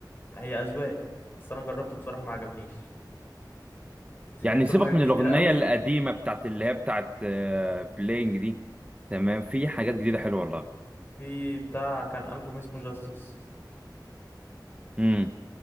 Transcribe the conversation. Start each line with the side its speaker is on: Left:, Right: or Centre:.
Left: هي اذواق بس انا جربته بصراحه ما عجبنيش سمعت
Right: يعني سيبك
Left: له حاجات
Right: من
Left: كتيره
Right: الاغنيه
Left: قوي
Right: القديمه بتاعت اللي هي بتاعت آه بلينج دي تمام في حاجات جديده حلوه
Left: في بتاع كان البوم اسمه جاستس
Right: والله